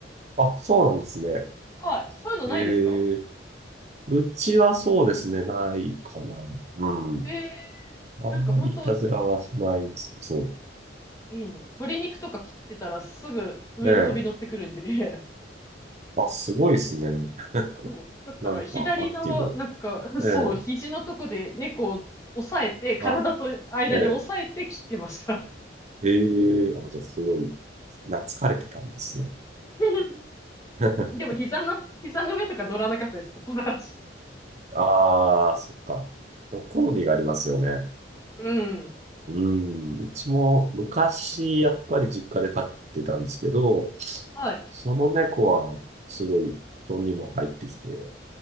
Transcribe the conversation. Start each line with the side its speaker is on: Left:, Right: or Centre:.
Right: あ、そうなんですね。
Left: はい。そういうのないですか
Right: ええうちはそうですね、ないかな。うん。
Left: ええなんか本当
Right: あんまりいたずらはしないですね。そ
Left: いいな。鶏肉とか切ってたらすぐ上に飛び乗ってくるんで、
Right: う。ええ。
Left: <laughs>
Right: あ、すごいですね。<laughs>
Left: そう。だから左の、
Right: なんか、アクティブ。
Left: なんか、<laughs>
Right: ええ。
Left: そう、肘のとこで猫を押さえて、体と間に押さえて切ってました。
Right: あ、ええ。ええ。あ、じゃあ、すごい、懐かれてたんですね。
Left: <laughs>
Right: <laughs>
Left: でも膝の、膝の上とか乗らなかったです。友達。
Right: ああ、そっか。でも好みがありますよね。
Left: うん。
Right: うん。うちも昔、やっぱり実家で飼ってたんですけど、
Left: はい。
Right: その猫はすごい布団にも入ってきて、